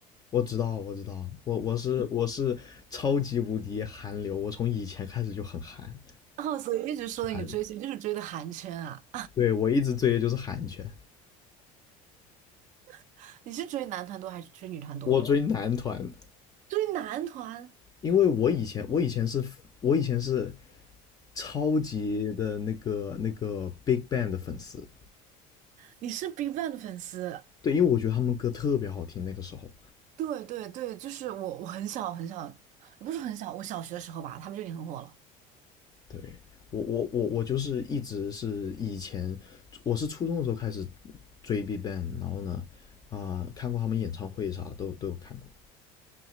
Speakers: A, on the left (about 20°); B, on the right (about 50°).
A: 我知道，我知道，我我是我是超级无敌韩流，我从以前开始就很韩
B: 哦，所以一直说你追星就是追的韩圈啊，
A: 韩流，对，我一直追的就是韩圈，
B: <laughs> 你是追男团多还是追女团多？
A: 我追男团，
B: 追男团，
A: 因为我以前我以前是我以前是超级的那个那个 Big Bang 的粉丝，
B: 你是 BigBang 的粉丝？
A: 对，因为我觉得他们歌特别好听，那个时候。
B: 对对对，就是我，我很小很小，也不是很小，我小学的时候吧，他们就已经很火了。
A: 对我我我我就是一直是以前我是初中的时候开始追 BigBang，然后呢啊、呃看过他们演唱会啥都都有看过。